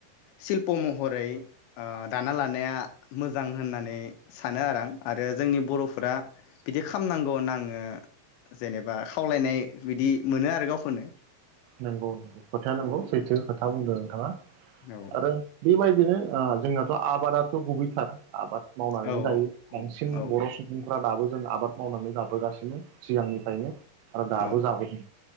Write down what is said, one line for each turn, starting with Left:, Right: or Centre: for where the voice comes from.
Left: शिल्प' महरै ओ दाना लानाया मोजां होननानै सानो आरो आं आरो जोंनि बर'फोरा बिदि खालामनांगौ होनना आङो जेनेबा खावलायनाय बिदि मोनो आरो गावखौनो
Right: नंगौ खोथाया नंगौ सैथो खोथा बुंदों नोंथाङा
Left: औ
Right: आरो बेबायदिनो ओ जोंनाथ' आबादाथ' गुबैथार आबाद मावनानैनो
Left: औ
Right: जायो बांसिन
Left: औ
Right: बर' सुबुंफ्रा दाबो जों आबाद मावनानै जाबोगासिनो सिगांनिफ्रायनो आरो दाबो
Left: औ
Right: जाबोदों